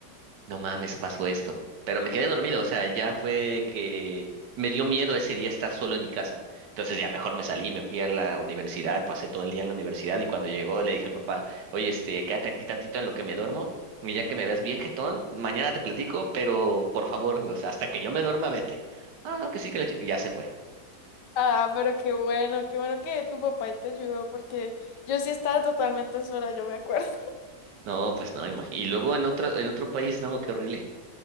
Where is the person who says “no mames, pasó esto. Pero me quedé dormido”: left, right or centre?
Right